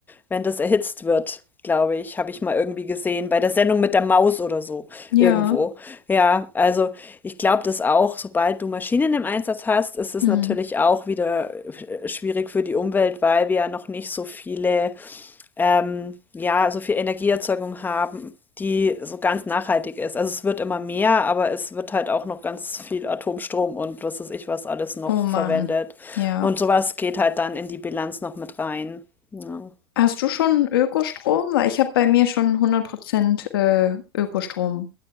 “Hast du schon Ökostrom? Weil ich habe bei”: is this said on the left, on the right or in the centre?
Left